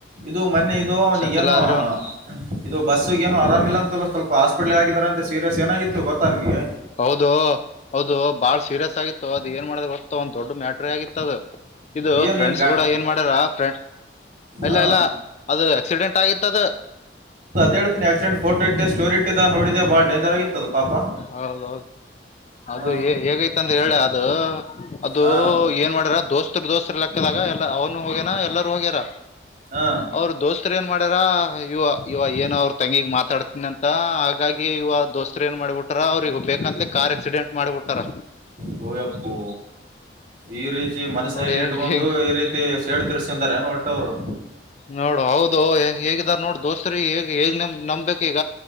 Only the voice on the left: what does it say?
ಸೆಟಲ್ ಆದ್ರೆ ಒಂದ್
ಹೌದು ಹೌದು ಬಾಳ್ ಸೀರಿಯಸ್ ಆಗಿತ್ತು ಏನ್ ಮಾಡ ಗೊತ್ತಾ ಒಂದ್ ದೊಡ್ ಮ್ಯಾಟ್ರ ಆಗಿತ್ತದದು ಇದು
ಫ್ರೆಂಡ್ಸ್
ಕೂಡ ಏನ್ ಮಾಡ್ಯಾರ ಫ್ರಂಡ್ ಇಲ್ಲ
ಇಲ್ಲ ಅದು ಆಕ್ಸಿಡೆಂಟ್ ಆಗಿತ್ತದು
ಹೌದೌದು ಅದು
ಹೇಗೈತಂತ ಹೇಳಿ ಅ ಅದು
ಏನ್ ಮಾಡರ ದೋಸೆ ದೋಸ್ತ ಲೆಕ್ಕದಾಗ ಎಲ್ಲ ಅವನು ಹೋಗ್ಯನಾ ಎಲ್ಲರೂ ಹೋಗ್ಯಾರ
ಅವ್ರರು ದೋಸ್ತರ ಏನ ಮಾಡ್ಯಾರ ಇವ ಇವ ಏನು ಅವ್ರ ತಂಗಿಿಗೆ ಮಾತಾಡ್ತನಿ ಅಂತ ಹಾಗಾಗಿ ಇವ ದೋಸ್ತರ ಏನ್ ಮಾಡ್ಬಿಟ್ಟು ಅವ್ರಿಗೆಗ ಬೇಕಂದ್ರೆ ಕಾರ್ ಆಕ್ಸಿಡೆಂಟ್ ಮಾಡಿಬಿಟ್ಟಾರ
ನೋಡಿ ಹೇಗ್
ಹೇಗ್
ನೋಡು ಹೌದು ಹೇಗಿದಾರ ನೋಡ್ ದೋಸ್ತ್್ರರಿ ಹೇಗ್ ಹೇಗ್ಮ್ ನಂಬ್ಬೇಕಕ್ ಈಗ